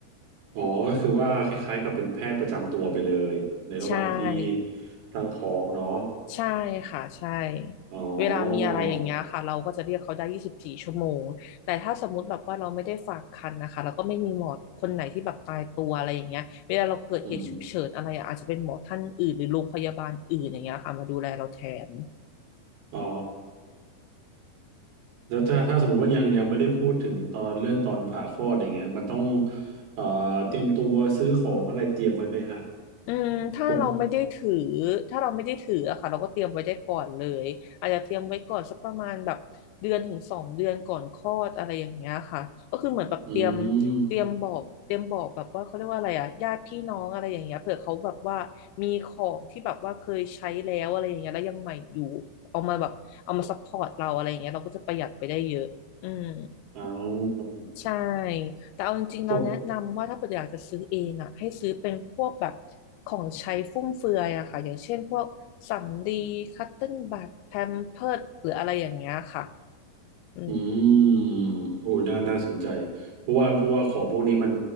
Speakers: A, on the right (about 75°); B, on the left (about 85°).
A: อ๋อก็คือว่าคล้ายๆกับเป็นแพทย์ประจำตัวไปเลยในระหว่างที่
B: ใช่
A: ตั้งท้องเนาะ
B: ใช่ค่ะใช่
A: อ๋อ
B: เวลามีอะไรอย่างเงี้ยค่ะเราก็จะเรียกเขาได้ยี่สิบสี่ชั่วโมงแต่ถ้าสมมุติแบบว่าเราไม่ได้ฝากครรภ์นะคะแล้วก็ไม่มีหมอคนไหนที่แบบตายตัวอะไรอย่างเงี้ยเวลาเราเกิดเหตุฉุกเฉินอะไรอะอาจจะเป็นหมอท่านอื่นหรือโรงพยาบาลอื่นอย่างเงี้ยค่ะมาดูแลเราแทน
A: อืมอ๋อ แล้วถ้าถ้าสมมติว่ายังยังไม่ได้พูดถึงตอนเรื่องตอนผ่าคลอดอย่างเงี้ยมันต้องเอ่อเตรียมตัวซื้อของอะไรเตรียมไว้ไหมฮะ
B: อืมถ้าเราไม่ได้ถือ
A: ผม
B: ถ้าเราไม่ได้ถืออะค่ะเราก็เตรียมไว้ได้ก่อนเลยอาจจะเตรียมไว้ก่อนสักประมาณแบบเดือนถึงสองเดือนก่อนคลอดอะไรอย่างเงี้ยค่ะก็คือเหมือนแบบเตรียม
A: อืม
B: เตรียมบอกเตรียมบอกแบบว่าเขาเรียกว่าอะไรอะญาติพี่น้องอะไรอย่างเงี้ยเผื่อเขาแบบว่ามีของที่แบบว่าเคยใช้แล้วอะไรอย่างเงี้ยแล้วยังใหม่อยู่เอามาแบบเอามาซัพพอร์ตเราอะไรอย่างเงี้ยเราก็จะประหยัดไปได้เยอะอืม
A: อ่า
B: ใช่ แต่เอาจริงๆเราแนะนำว่าถ้าเกิดอยากจะซื้อเองอ่ะให้ซื้อเป็นพวกแบบ
A: พวก
B: ของใช้ฟุ่มเฟือยอะค่ะ อย่างเช่นพวกสำลีคัตเติ้ลบัดแพมเพิร์สหรืออะไรอย่างเงี้ยค่ะอืม
A: อืมโอ้ยน่าน่าสนใจเพราะว่าเพราะว่าของพวกนี้มัน